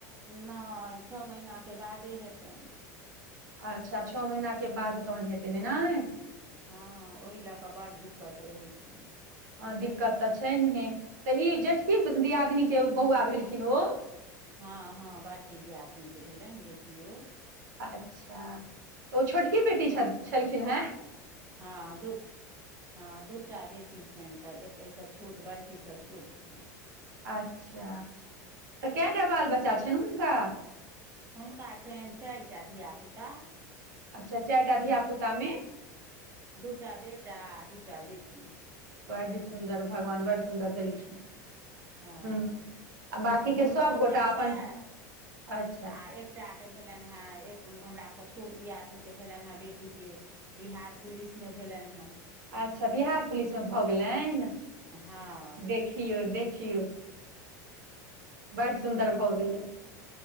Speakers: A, on the right (about 25°); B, on the right (about 85°).
A: नहि छौ महीनाके बादे हेतनि
B: अच्छा छौ महीनाके बाद तहन हेतैन ने
A: हँ ओहि लऽ कऽ बड़ दिक्कत रहैत छैन
B: हँ, दिक्कत तऽ छैन हे तऽ ई जेठकी दियादिनीके बौआ भेलखिन ओ
A: हँ, हँ, बड़की दियादनीके भेलनि बेटियो
B: अच्छा तऽ ओ छोटकी बेटी छल छलखिन हँ,
A: हँ दू हँ दूटा बेटी छनि तऽ एक ताहिसँ छोट बड़कीसँ छोट छनि।
B: अच्छा तऽ कएटा बाल बच्चा छनि, हुनका
A: हुनका छनि चारिटा धियापुता
B: अच्छा चारिटा धिया पुता मे
A: दुटा बेटा आ दूटा बेटी
B: बड सुन्दर भगवान बड सुन्दर देलखिन
A: हँ,
B: ह आ बाँकी
A: तऽ
B: के
A: हुनको
B: सभगोटा
A: छनि
B: अपन
A: सएह
B: अच्छा
A: आ एकटा भेलनि है एक हमरा स छोट दियादनी के भेलनि हें बेटी के बिहार पुलिस मे भेलनि हैं
B: अच्छा बिहार पुलिस मे भऽ गेलनि
A: हँ
B: देखियौ देखियौ बड
A: बुझलियै
B: सुन्दर भऽ गेलै